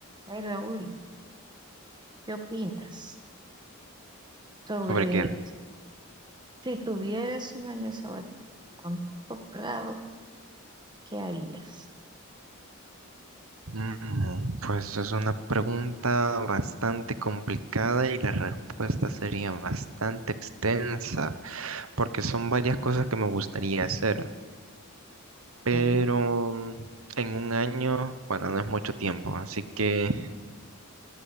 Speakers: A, on the right; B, on the right.
A: Ay, Raúl, ¿qué opinas sobre
B: ¿Sobre qué?
A: si tuvieras un año sabático con todo pagado, ¿qué harías?
B: Mm, pues es una pregunta bastante complicada y la respuesta sería bastante extensa, porque son varias cosas que me gustaría hacer, pero
A: Ok.
B: mm, en un año, bueno, no es mucho tiempo, así que